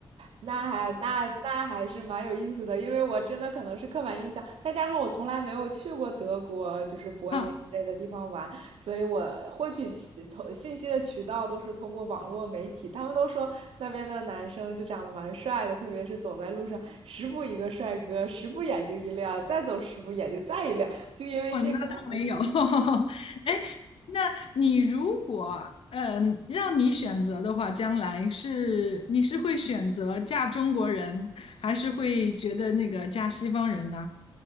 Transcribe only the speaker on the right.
那还那那还是蛮有意思的，因为我真的可能是刻板印象，再加上我从来没有去过德国，就是柏林之类的地方玩，
所以我获取渠通信息的渠道都是通过网络媒体。他们都说那边的男生就长得蛮帅的，特别是走在路上，十步一个帅哥，十步眼睛一亮，再走十步眼睛再一亮。就因为这个，
我还一直